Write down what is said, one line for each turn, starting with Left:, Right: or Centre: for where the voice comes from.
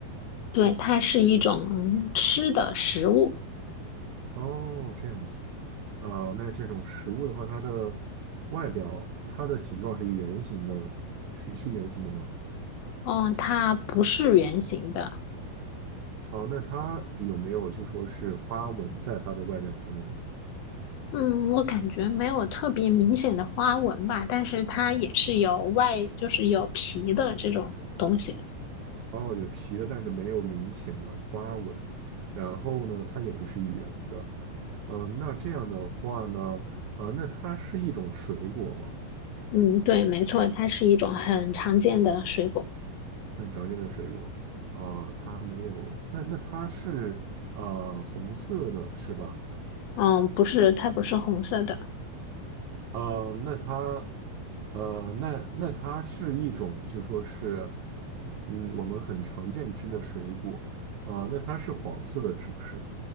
Left: 对，它是一种嗯吃的食物。
Right: 哦，这样子。呃，那这种食物的话，它的外表，它的形状是圆形的，是是圆形的吗？
Left: 嗯，它不是圆形的。
Right: 哦，那它有没有就说是花纹在它的外表上面呢？
Left: 嗯，我感觉没有特别明显的花纹吧，但是它也是有外，就是有皮的这种东西。
Right: 哦，有皮的，但是没有明显的花纹。然后呢，它也不是圆的。嗯，那这样的话呢，呃，那它是一种水果吗？
Left: 嗯，对，没错，它是一种很常见的水果。
Right: 很常见的水果。啊、它没有。那那它是呃红色的，是吧？
Left: 嗯，不是，它不是红色的。
Right: 呃，那它呃，那那它是一种就说是，嗯，我们很常见吃的水果。啊、那它是黄色的，是不是？